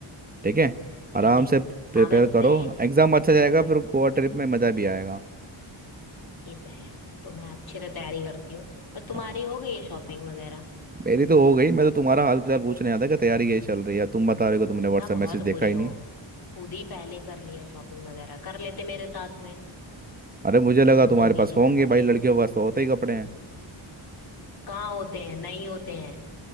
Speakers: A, on the right (about 20°); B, on the left (about 45°).
A: ठीक
B: हम्म
A: है आराम
B: ठीक है
A: से प्रिपेयर
B: हाँ वैसे
A: करो एग्जाम अच्छा जाएगा फिर गोवा ट्रिप में मज़ा भी आएगा
B: ये तो है तो मैं अच्छे से तैयारी करती हूँ पर तुम्हारी
A: हाँ
B: हो गई है शॉपिंग वगैरह
A: मेरी तो हो गई मैं तो तुम्हारा हाल फिलहाल पूछने आया था कि तैयारी कैसी चल रही है तुम बता रहे हो कि तुमने
B: तुम
A: व्हाट्सएप
B: ना बहुत
A: मैसेज देखा
B: बुरे
A: ही
B: हो
A: नहीं
B: खुद ही पहले कर लिया शॉपिंग वगैरह कर लेते मेरे साथ में
A: अरे मुझे लगा
B: तब
A: तुम्हारे
B: मुझे अकेले
A: पास होंगे
B: देखना
A: भाई
B: पड़ेगा
A: लड़कियों के पास तो होते ही कपड़े हैं
B: कहाँ होते हैं नहीं होते हैं